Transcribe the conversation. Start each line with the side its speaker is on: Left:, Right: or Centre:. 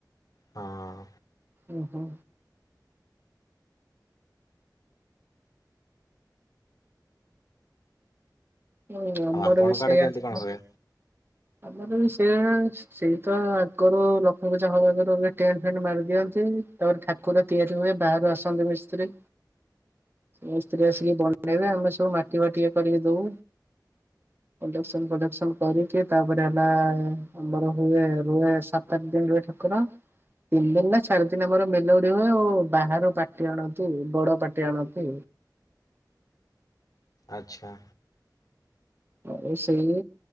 Left: ହଁ।
Right: ଓୁ ହୋ। ହୁଁ ଆମର
Left: ଆଉ ଆପଣଙ୍କ
Right: ବି ସେଇଆ
Left: ଆଡେ କେମିତି
Right: ଅଛି
Left: କଣ ହୁଏ?
Right: ଆମର ବି ସେଇଆ ସେଇ ତ ଆଗରୁ ଲକ୍ଷ୍ମୀ ପୂଜା ହବାଗରୁ ଟେଣ୍ଟ ଫେଣ୍ଟ ମାରି ଦିଅନ୍ତି ତାପରେ ଠାକୁର ତିଆରି ହୁଏ ବାହାରୁ ଆସନ୍ତି ମିସ୍ତ୍ରୀ ମିସ୍ତ୍ରୀ ଆସିକି ବନେଇବେ ଆମେ ସବୁ ମାଟି ବାଟି କରିକି ଦଉ। ପ୍ରଡକ୍ସନ ଫ୍ରଡକ୍ସନ କରିକି ତାପରେ ହେଲା ଆମର ହୁଏ ରୁହେ ସାତ ଆଠ ଦିନ ରୁହେ ଠାକୁର ତିନି ଦିନ ନା ଚାରି ଦିନ ଆମର ମେଲୋଡି ହୁଏ ଆଉ ବାହାର ପାଟି ଆଣନ୍ତି ବଡ ପାଟି ଆଣନ୍ତି।
Left: ଆଚ୍ଛା।
Right: ଆଉ ସେଇ